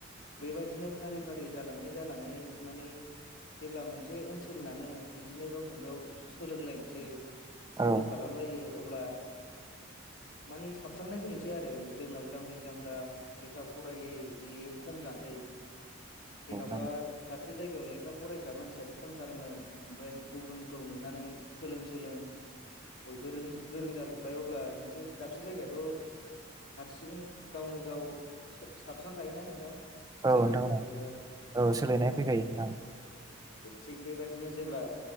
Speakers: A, on the left; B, on the right.
A: बेबायदिनो फारि फारि जालाङै जालाङै माने जेब्ला मोनसे ओनसोलानो बिदिनो गावजों गाव सोलोंलायनोसै फल'
B: औ
A: खालामलायो अब्ला मानिे साबस्रांनाय फैनोसै आरो जोंनाव जाम्बि जाम्बा लेखा फरायै बेयो खम जानोसै जेन'बा
B: नोंथां
A: दाबसे जायगायाव लेखा फरायग्रा मानसियानो खमथारमोन। ओमफाय गुबुनखौ नुनानै सोलों-सोलों बयबो रोंजो गोरों जाजोब्बाय अब्ला मोनसे दाबसे जायगायाथ' हारसिं गावनो गाव सो साबस्रांखायोना नोंथां। सोलायनाय
B: औ नोंथां
A: फैखायो बेयाव
B: सोलायनाय
A: औ
B: फैखायो नोंथां
A: थिग बेबादिनो जेब्ला